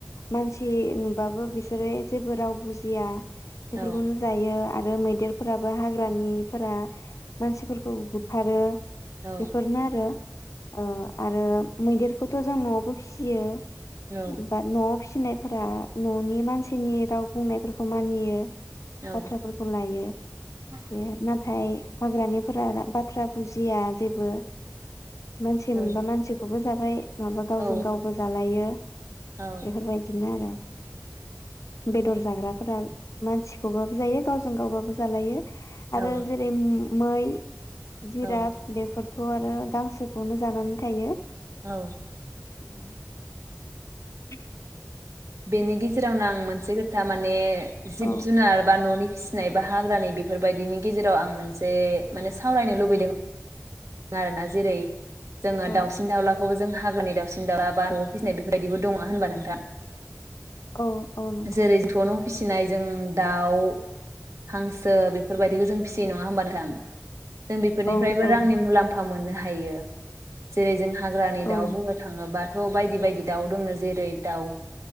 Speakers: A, on the left; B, on the right.
A: मानसि नुबाबो बिसोरो जेबो राव बुजिया‌। बेफोरखौनो
B: औ
A: जायो। आरो मैदेरफोराबो हाग्रानिफोरा मानसिफोरखौ आरो
B: औ
A: बेफोरनो आरो ओ आरो मैदेरखौथ' जों न'वावबो फिसियो।
B: औ
A: बा न'वाव फिसिनायफोरा न'नि मानसिनि राव बुंनायफोरखौ मानियो।
B: औ
A: बाथ्राफोरखौ लायो
B: औ
A: बे नाथाय हाग्रानिफोरा बा थ्रा बुजिया जेबो मानसि
B: औ
A: मोनबा मानसिखौबो जाबाय नङाबा गावजों
B: औ
A: गावबो जालायो। बेफोरबायदिनो
B: औ
A: आरो बेदर जाग्राफोरा मानसिखौबाबो जायो गावजों गावबाबो जालायो।
B: औ
A: आरो जेरै हम मै जिराफ
B: औ
A: बेफोर थ' आरो गांसोखौनो जानानै थायो।
B: औ
A: औ
B: बेनि गे जेरावनो आं मोनसे खोथा माने जिब
A: औ
B: जुनार बा न'नि फिसिनाय बा हाग्रानि बेफोरबायदिनि गेजेराव आं मोनसे माने सावरायनो लुबैदों आरो ना जेरै जोङो
A: औ
B: दाउसिन दाउला खौ जों हाग्रानि दाउसिन दावला बा न'आव फिसिनाय बेफोरबायदिबो दङ नोंङा होनबा नोंथां
A: औ औ नोंथां
B: जेरै जोंथ' न' फिसिनाय जों दाउ हांसो बेफोरबायदिखौ जों फिसियो नङा होनबा नोथां। जों बेफोरनिफ्रायबो
A: औ औ
B: रांनि मु लाम्फा मोननो हायो। जेरै जों हाग्रानि
A: औ
B: दाउ बुंनो थाङोबाथ' बायदि बायदि दाउ दङ जेरै दाउ